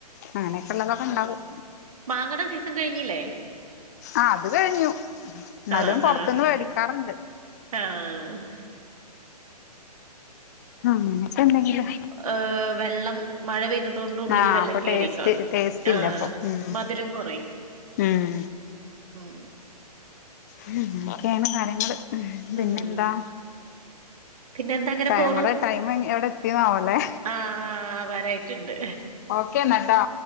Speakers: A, on the left (about 25°); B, on the right (about 60°).
A: അങ്ങനെയൊക്കെ ഉള്ളതൊക്കെ ഉണ്ടാവും
B: മാങ്ങട സീസൺ കഴിഞ്ഞില്ലേ?
A: ആഹ് അത് കഴിഞ്ഞു എന്നാലും
B: ആഹ്
A: പുറത്തന്ന്
B: ആഹ്
A: മേടിക്കാറുണ്ട്.
B: ആഹ്
A: അങ്ങനെക്കെണ്ടെങ്കില്
B: അഹ് വെള്ളം മഴ പെയ്തത് കൊണ്ട് ഉള്ളിൽ
A: ആ
B: വെള്ളം
A: അപ്പൊ
B: കേറി
A: ടേസ്റ്റ്
B: കാണും,
A: ടേസ്റ്റ്
B: ആഹ്
A: ഇല്ല അപ്പൊ ഉം
B: മധുരം കുറയും.
A: ഉം
B: ഉം
A: അങ്ങനെയൊക്കെയാണ് കാര്യങ്ങൾ പിന്നെന്താ
B: ഉം പിന്നെ എന്താ അങ്ങനെ പോണു
A: നമ്മടെ ടൈം എവിടെ എത്തിന്നാവല്ലേ
B: ആഹ് ആഹ് വരായിട്ടുണ്ട്
A: ഓക്കേ എന്നട്ടോ.